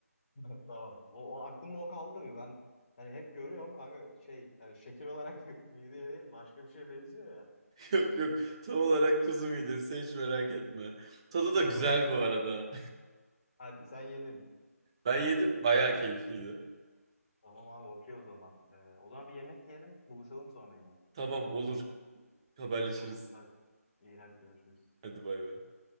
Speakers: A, on the left (about 30°); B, on the right (about 20°).
A: <laughs> Tamam. O, o aklımda o kaldı bir ben hani hep görüyorum kanka şey yani şekil olarak <laughs> mideye değil başka bir şeye benziyor ya.
B: Yok yok tam olarak kuzu midesi hiç merak etme. Tadı da güzel
A: Tamam tamam
B: bu arada.
A: abi. Hadi sen yedin.
B: Ben yedim bayağı keyifliydi.
A: Tamam abi okey o zaman. Eee, o zaman bir yemek yiyelim buluşalım sonra yine.
B: Tamam olur haberleşiriz.
A: Tamam hadi. İyi hadi görüşürüz.
B: Hadi bay bay.